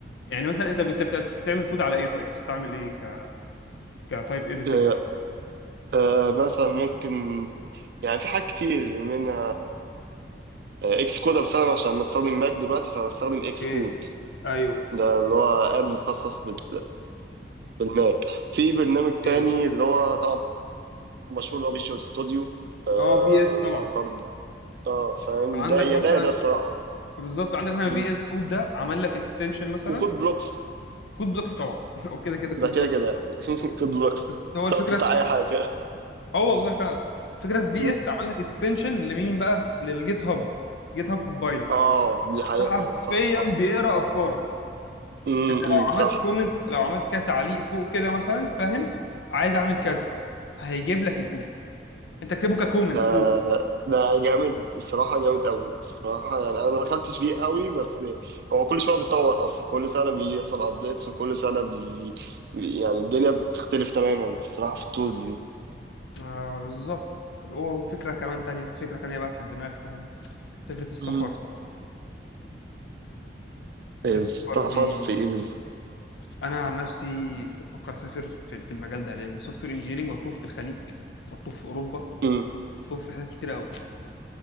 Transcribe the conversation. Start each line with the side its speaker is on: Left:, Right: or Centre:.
Left: يعني مثلا انت بت- بت- بتعمل كود على ايه طيب بتستعمل ايه ك... كتايب اديتور
Right: آه
Left: مثلا
Right: آه مثلا ممكن يعني في حاجات كتير منها آه اكس كود بس انا بستخدم عشان بستخدم ماك دلوقتي فبستخدم
Left: اوكي
Right: اكس كود
Left: ايوه
Right: ده اللي هو اب مخصص بال... بالماك في برنامج تاني
Left: ايه
Right: اللي هو طبعا مشهور اللي هو فيجوال ستوديو آه
Left: اه في اس طبعا
Right: برضه اه فاهم
Left: عندك
Right: ده يا
Left: مثلا
Right: ده يا ده الصراحة
Left: بالظبط عندك مثلا
Right: م.
Left: في اس كود ده عمل لك اكستنشن مثلا
Right: وكود بلوكس
Left: كود بلوكس طبعا <laughs> وكده كده كود
Right: ده كده
Left: بلوكس
Right: كده <laughs> كود بلوكس
Left: بس هو الفكره
Right: طب بتاع اي حاجه
Left: اه والله فعلا فكره في في
Right: مم.
Left: اس عمل لك اكستنشن لمين بقى للجيت هاب جيت هاب كوبايلوت
Right: اه دي حقيقه
Left: ده حرفيا
Right: فعلا صح صح
Left: بيقرا افكارك
Right: امم
Left: انت لو عملت
Right: صح
Left: كومنت لو عملت كده تعليق فوق كده مثلا فاهم عايز اعمل كذا هيجيب لك الكود انت اكتبه ككومنت
Right: ده
Left: فوق
Right: ده جامد الصراحه جامد قوي الصراحه يعني انا ما دخلتش فيه قوي بس هو كل شويه بيتطور اصلا كل سنه بيحصل ابديتس وكل سنه بي... بي- يعني الدنيا بتختلف تماما الصراحه في التولز دي
Left: آه بالظبط وفكره كمان تانية في فكره تانية بقى في الدماغ فاهم فكره السفر
Right: امم
Left: فكره
Right: السفر
Left: السفر دي
Right: في ايه بالظبط
Left: انا عن نفسي بفكر اسافر في في المجال ده لان سوفت وير انجينيرنج مطلوب في الخليج مطلوب في اوروبا
Right: امم
Left: مطلوب في حاجات كتير قوي